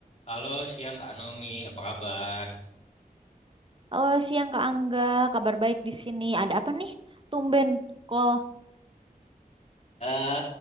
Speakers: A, on the left; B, on the right.
A: Halo, siang Kak Nomi, apa kabar?
B: Halo, siang Kak Angga, kabar baik di sini. Ada apa nih? Tumben call. <laughs>
A: Eh,